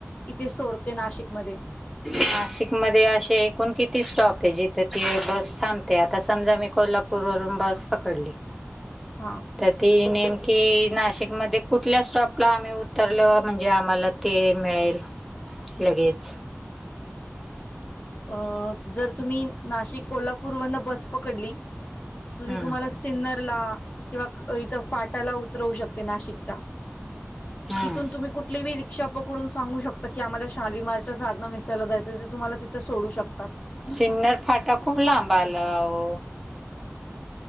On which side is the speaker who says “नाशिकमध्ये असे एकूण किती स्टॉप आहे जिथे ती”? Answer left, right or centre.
Centre